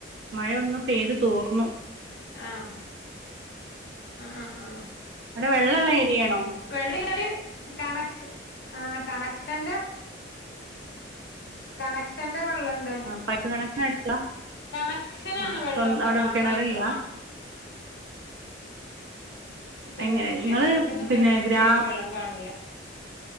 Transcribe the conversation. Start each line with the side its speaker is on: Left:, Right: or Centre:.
Right: മഴയ ഒന്ന പെയ്ത് തോർന്നു.
Left: ആഹ ആഹ ആഹ
Right: അടെ വെള്ളള്ള എരിയാണോ?
Left: വെള്ളിയായി കണക്ഷൻ ആ കണക്ഷന്റെ കണക്ഷന്റെ വെള്ളണ്ട്
Right: ആ പൈപ്പ് കണക്ഷൻ എടുത്ത
Left: കണക്ഷനാണ്
Right: ആ
Left: വെള്ളക്കെ
Right: സ്വ അവിടെ
Left: ആ
Right: കിണറില്ല
Left: പൈപ്പ് ആ കിണറില്ലല്ല
Right: എങ്ങനെ നിങ്ങള്
Left: ഞങ്ങള ഇവിടെന്നും
Right: പിന്നെ
Left: കിണർത്തിയാലല്
Right: ഗ്രാ
Left: വെള്ളം കാണൂല